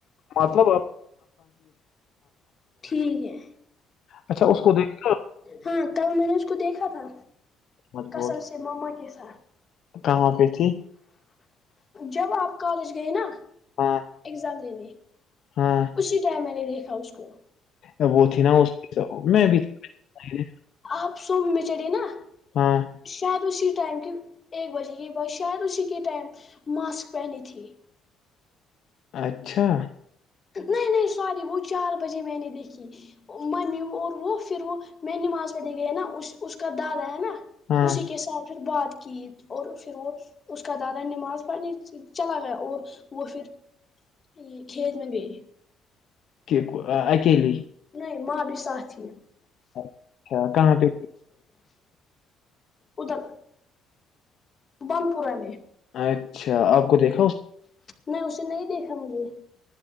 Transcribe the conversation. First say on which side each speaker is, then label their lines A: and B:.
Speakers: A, on the left; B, on the left.
A: مطلب
B: ٹھیک ہے
A: اچھا اس کو دیکھ لو
B: ہاں کل میں نے اس کو دیکھا تھا
A: مت بول
B: کسم سےمم مکس
A: کہاں پہ تھی
B: جب آپ کالج گئے نا
A: ہاں
B: ایگزام لینے
A: ہاں
B: اسی ٹائم میں نے دیکھا اس کو
A: ا وہوتھی نا اس میں بھی تھی
B: آپ سوم میں چڑھی نا
A: ہاں
B: شاید اسی ٹائم کی ایک بجے کی بعس شاید اسی کے ٹائم ماسک پہنی تھی
A: اچھا
B: نہیں نہیں ساری وہ چار بجے میں نے دیکھی ممی اور وہ پھر وہ میں نماز پڑھی گئی نا اس کا دادا ہے نا
A: ہاں
B: اسی کے ساتھ پھر بات کیت اور پھر وہ اس کا دادا نماز پڑھنے چلا گیا اور وہ پھر یہ کھیز م بھی
A: کہ اکیلی
B: نہیں ماں بھی سات یہ
A: اچچھا کہاں پہ
B: ادک بن پوراان
A: اچھا آپ کو دیکھا
B: میں اسے نہیں دیکھا مجھے